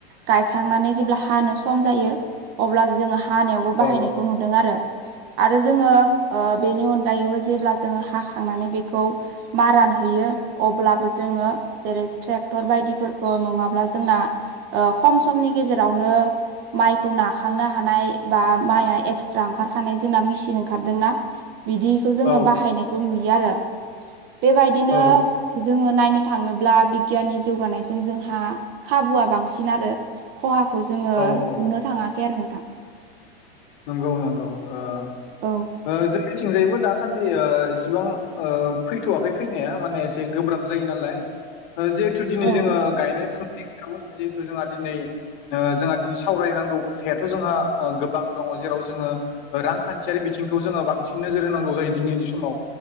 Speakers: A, on the right; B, on the left.
A: गायखांनानै जेब्ला हानो सम जायो। अब्लाबो जोङो हानायावबो
B: औ
A: बाहायनायखौ नुदों आरो आरो जोङो ओ बेनि अनगायैबो जेब्ला जोङो हाखांनानै बेखौ मारानहैयो अब्लाबो जोङो जेरै ट्रेक्टर बायदिफोरखौ नङाब्ला जोंना ओ खम समनि गेजेरावनो माइखौ ना खांनो हानाय बा माइआ एक्सट्रा ओंखारखानाय जोंना मेचिन ओंखारदोंना बिदिखौ जोङो
B: औ
A: बाहायनायखौ नुयो आरो बेबायदिनो
B: औ
A: जोङो नायनो थाङोब्ला बिगियाननि जौगानायजों जोंहा खाबुआ बांसिन आरो खहाखौ जोङो
B: औ
A: नुनो
B: औ
A: थाङाखै आरो नोंथां
B: नंगौ नंगौ ओ
A: औ
B: ओ जोंनिथिंजायबो दासान्दि ओ इसिबां ओ फैथ'वाखै फैनाया माने गोब्राब जायो नालाय जिहेतु जोङो
A: औ
B: गायनाय फु बेनि खोथा <unintelligible> बुङो जिहेथु जोंहा दिनै जोंहा दिनै सावरायनांगौ खोथायाथ' जोंहा गोबां दङ जेराव जोङो रांखान्थियारि बिथिंखौ जोङो बांसिन नोजोर होनांगौ जायो दिनैनि समाव